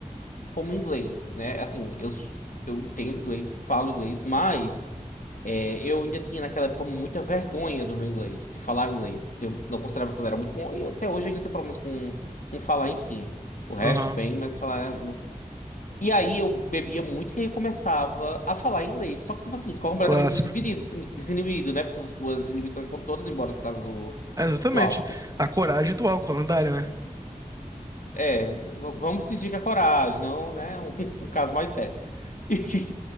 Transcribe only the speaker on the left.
com o inglês, né? Assim, eu, s- eu entendo inglês, falo inglês, mas é, eu ainda tinha naquela época muita vergonha do meu inglês, de falar inglês, porque eu não considerava que ele era muito bom e até hoje eu ainda tenho problemas com, com falar em si. O resto,
bem, mas falar. é e aí eu bebia muito e aí eu começava a falar inglês. Só que, tipo assim, completamente
desinibido, desinibido, né? Porque as suas inibições foram todas embora no caso do,
do álcool.
É, v- vamos fingir que é coragem, não, né? Um, <laughs> um caso mais sério. <laughs>